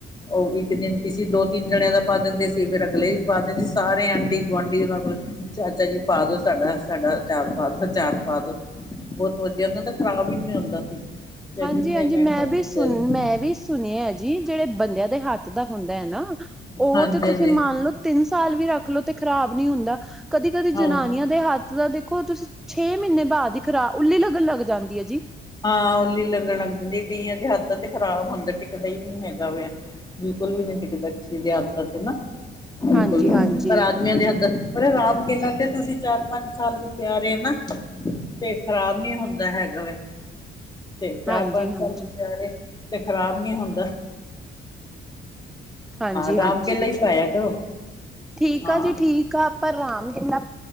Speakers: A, on the left (about 20°); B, in the centre.
A: ਉਹ ਇੱਕ ਦਿਨ ਕਿਸੇ ਦੋ ਤਿੰਨ ਜਣਿਆਂ ਦਾ ਪਾ ਦਿੰਦੇ ਸੀ ਫਿਰ ਅਗਲੇ ਵੀ ਪਾ ਦਿੰਦੇ ਸੀ ਸਾਰੇ ਆਂਢੀ ਗੁਆਂਢੀ ਉਹਨਾਂ ਕੋਲ ਚਾਚਾ ਜੀ ਪਾਦੋ ਸਾਡਾ ਸਾਡਾ ਚਾਰ ਪਾ ਦੋ ਚਾਰ ਪਾ ਦੋ। ਬਹੁਤ ਵਧੀਆ ਓਹਨਾ ਦਾ ਖ਼ਰਾਬ ਹੀ ਨੀ ਹੁੰਦਾ ਸੀ। ਚਾਹੇ
B: ਹਾਂਜੀ
A: ਜਿੰਨੇ
B: ਹਾਂਜੀ
A: ਟਾਈਮ
B: ਮੈਂ
A: ਮਰਜ਼ੀ
B: ਵੀ
A: ਸਵੇਰੇ
B: ਸੁਣ ਮੈਂ ਵੀ ਸੁਣਿਆ ਜੀ ਜਿਹੜੇ ਬੰਦਿਆਂ ਦੇ ਹੱਥ ਦਾ ਹੁੰਦਾ ਹੈ ਨਾ ਉਹ
A: ਹਾਂਜੀ
B: ਤੇ ਤੁਸੀਂ
A: ਹਾਂਜੀ
B: ਮੰਨ ਲੋੋ ਤਿੰਨ ਸਾਲ ਵੀ ਰੱਖਲੋ ਤੇ ਖ਼ਰਾਬ ਨੀ ਹੁੰਦਾ। ਕਦੀ ਕਦੀ
A: ਹਾਂਜੀ
B: ਜਨਾਨੀਆਂ ਦੇ ਹੱਥ ਦਾ ਦੇਖੋ ਤੁਸੀਂ ਛੇ ਮਹੀਨੇ ਬਾਅਦ ਹੀ ਖਰਾਬ ਉੱਲੀ ਲੱਗਣ ਲੱਗ ਜਾਂਦੀ ਹੈ ਜੀ।
A: ਹਾਂ ਉੱਲੀ ਲੰਗਣ ਲੱਗ ਜਾਂਦੀ ਹੈ ਕਈਆਂ ਦੇ ਹੱਥ ਤੇ ਖਰਾਬ ਹੁੰਦਾ। ਦਾ ਹੀ ਨਹੀਂ ਹੈਗਾ ਵ ਬਿਲਕੁਲ ਵੀ ਨੀ ਟਿਕਦਾ ਕਿਸੇ ਦੇ ਹੱਥ ਤੇ ਨਾ। ਬਿਲਕੁਲ
B: ਹਾਂਜੀ-ਹਾਂਜੀ
A: ਪਰ ਆਦਮੀਆਂ ਦੇ ਹੱਥ ਦਾ ਪਰ ਰਾਮ ਕੇਲਾ ਤੇ ਤੁਸੀਂ ਚਾਰ ਪੰਜ ਸਾਲ ਵੀ ਪਿਆ ਰਹੇ ਨਾ ਤੇ ਖ਼ਰਾਬ ਨੀ ਹੁੰਦਾ ਹੈਗਾ ਵੈ। ਤੇ ਚਾਰ
B: ਹਾਂਜੀ-ਹਾਂਜੀ
A: ਪੰਜ ਸਾਲ ਪਿਆ ਰਹੇ ਤੇ ਖ਼ਰਾਬ ਨੀ ਹੁੰਦਾ।
B: ਹਾਂਜੀ
A: ਰਾਮ
B: ਹਾਂ
A: ਕੇਲਾ ਹੀ ਪਾਇਆ ਕਰੋ
B: ਠੀਕ
A: ਹਾਂ
B: ਆ ਜੀ ਠੀਕ। ਇੱਕ ਆਪਾਂ ਰਾਮ ਕਿਲਾ